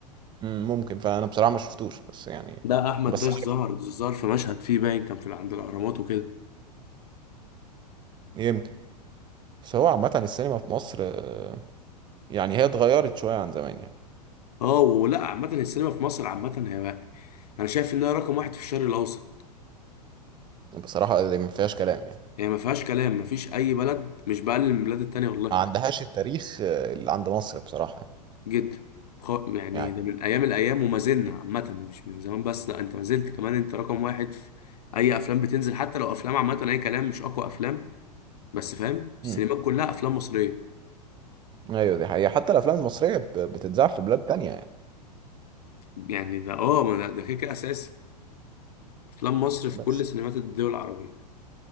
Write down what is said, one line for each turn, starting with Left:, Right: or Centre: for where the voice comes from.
Right: ممكن فانا بصراحه ما شفتوش بس يعني
Left: ده احمد
Right: بس
Left: داش
Right: عارف
Left: ظهر ظهر في مشهد فيه باين كان في ال- عند الاهرامات وكده
Right: يمكن بس هو عامه السينما في مصر آه، يعني هي اتغيرت شويه عن زمان يعني
Left: اه ولا عامه السينما في مصر عامه هي بقى انا شايف انها رقم واحد في الشرق الاوسط
Right: بصراحه دي ما فيهاش كلام يعني
Left: يعني ما فيهاش كلام ما فيش اي بلد مش بقلل من البلاد التانية والله
Right: ما عندهاش التاريخ آه، اللي عند مصر بصراحه
Left: جدا خ- يعني
Right: يعني
Left: ده من ايام الايام وما زلنا عامه مش من زمان بس لا انت ما زلت كمان انت رقم واحد في اي افلام بتنزل حتى لو افلام عامه اي كلام مش اقوى افلام بس فاهم
Right: مم.
Left: السينمات كلها افلام مصريه
Right: ايوه دي حقيقه حتى الافلام المصريه ب- بتتذاع في بلاد تانية يعني
Left: يعني ده اه ما ده ده كده كده اساسي افلام مصر في
Right: بس
Left: كل سينمات الدول العربيه